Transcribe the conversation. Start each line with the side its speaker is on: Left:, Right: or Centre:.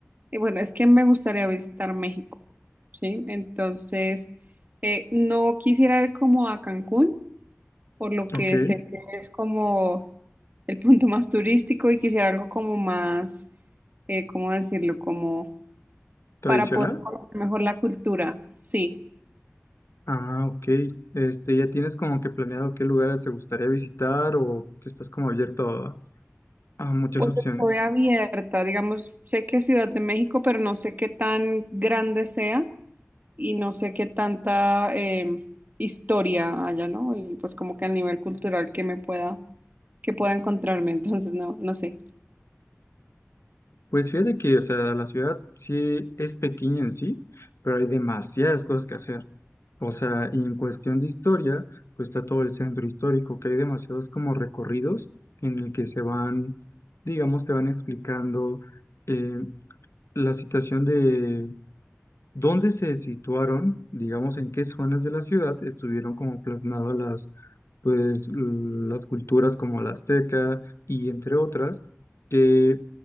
Right: eh, bueno, es que me gustaría visitar México, ¿sí? Entonces, eh, no quisiera ir como a Cancún, por lo que
Left: Ok,
Right: sé que es como el punto más turístico y quisiera algo como más, eh, ¿cómo decirlo? Como
Left: ¿tradicional?
Right: para poder conocer mejor la cultura, sí.
Left: Ah, ok. Este, ¿ya tienes como que planeado qué lugares te gustaría visitar o estás como abierto a, a muchas
Right: Pues
Left: opciones?
Right: estoy abierta, digamos, sé que es Ciudad de México, pero no sé qué tan grande sea. y no sé qué tanta em, historia haya, ¿no? Y pues como que a nivel cultural que me pueda, que pueda encontrarme, <laughs> entonces no, no sé.
Left: Pues fíjate que, o sea, la ciudad sí es pequeña en sí, pero hay demasiadas cosas que hacer. O sea, y en cuestión de historia, pues está todo el centro histórico, que hay demasiados como recorridos en el que se van, digamos, te van explicando eh, la situación de dónde se situaron, digamos, en qué zonas de la ciudad estuvieron como plasmadas las, pues, l- las culturas como la azteca y entre otras, que,